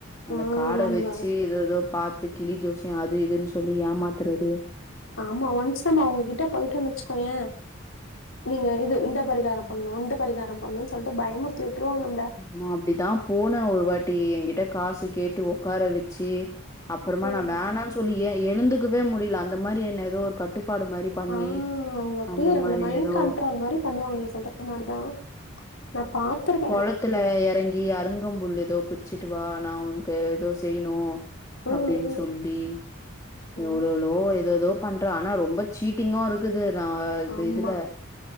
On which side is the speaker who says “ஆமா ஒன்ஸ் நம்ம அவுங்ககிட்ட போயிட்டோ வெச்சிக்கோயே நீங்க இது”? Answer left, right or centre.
Left